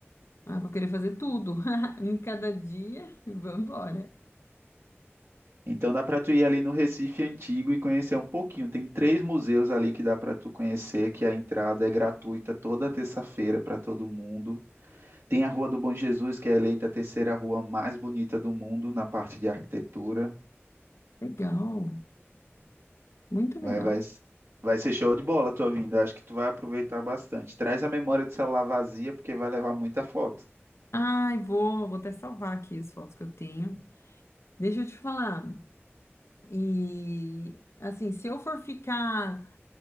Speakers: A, on the left (about 80°); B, on the right (about 70°).
A: Ah, eu vou querer fazer tudo <laughs> em cada dia e vamos embora.
B: Então dá para tu ir ali no Recife Antigo e conhecer um pouquinho. Tem três museus ali que dá para tu conhecer, que a entrada é gratuita toda terça-feira para todo mundo. Tem a Rua do Bom Jesus, que é eleita a terceira rua mais bonita do mundo na parte de arquitetura.
A: Legal, muito
B: Vai,
A: legal.
B: vai, vai ser show de bola a tua vinda. Acho que tu vai aproveitar bastante. Traz a memória de celular vazia, porque vai levar muita foto.
A: Ai, vou, vou até salvar aqui as fotos que eu tenho. Deixa eu te falar. E assim, se eu for ficar